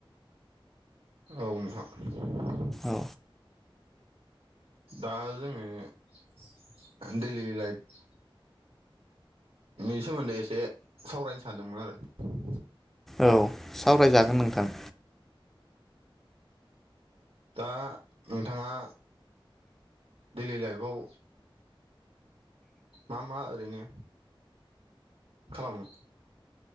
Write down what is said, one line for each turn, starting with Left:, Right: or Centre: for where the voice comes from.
Right: औ नोंथां।
Centre: औ
Right: दा जोङो दैलि लाइफ नि सोमोन्दै एसे सावरायनो सानदोंमोन आरो।
Centre: औ सावरायजागोन नोंथां।
Right: दा नोंथाङा डैलि लाइफआव मा मा ओरैनो खालामो